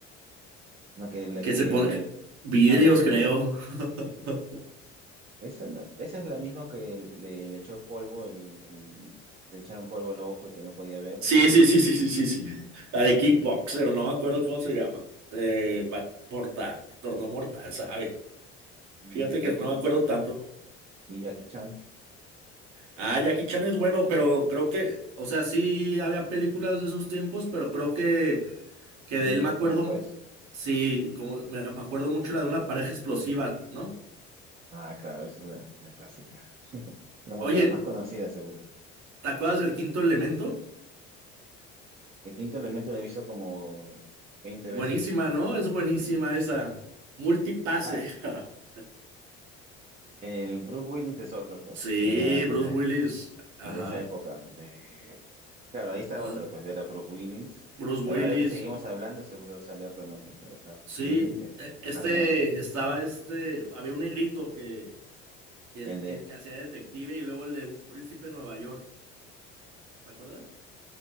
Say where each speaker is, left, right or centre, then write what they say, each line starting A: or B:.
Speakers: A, on the right; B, on the right.
A: la que, la
B: Que
A: que,
B: se pone que- vidrios,
A: a la que,
B: creo. <laughs>
A: esa, no- esa es la misma que le, le echó polvo, el, el- le echaron polvo al ojo y que no podía ver,
B: Sí,
A: y que, no,
B: sí, sí, sí,
A: y
B: sí, sí, sí. La de Kickboxer,
A: esa.
B: o no me acuerdo cómo se llama. Eh, pa- mortal, torneo mortal, ¿sabe?
A: Y
B: Fíjate que
A: Jackie,
B: no me acuerdo tanto.
A: y Jackie Chan,
B: Ah, Jackie Chan es bueno, pero creo que, o sea, sí había películas de esos tiempos, pero creo que, que
A: él viene
B: de él
A: un poco
B: me acuerdo,
A: después.
B: sí, como me, me acuerdo mucho la de una pareja explosiva, ¿no?
A: Ah, claro, esa es la, la clásica. <laughs> Bueno,
B: Oye,
A: la más conocida, seguro.
B: ¿Te acuerdas del quinto elemento?
A: El quinto elemento lo he visto como 20
B: Buenísima,
A: veces.
B: ¿no? Es buenísima esa. Multipase.
A: Ah,
B: <laughs>
A: el Bruce Willis es otro, pues.
B: Sí,
A: Era de,
B: Bruce Willis. Ajá.
A: de esa época. De... Claro, ahí está
B: Eh,
A: otro, pues. Era Bruce Willis.
B: Bruce Willis.
A: Ahora que seguimos hablando, seguro sale otro nombre. Pero claro,
B: Sí.
A: Willis, eh,
B: eh, Este
A: Arnold, es-
B: estaba este. Había un negrito que, que,
A: el de.
B: que, que hacía detective y luego el de un príncipe de Nueva York. ¿Te acuerdas?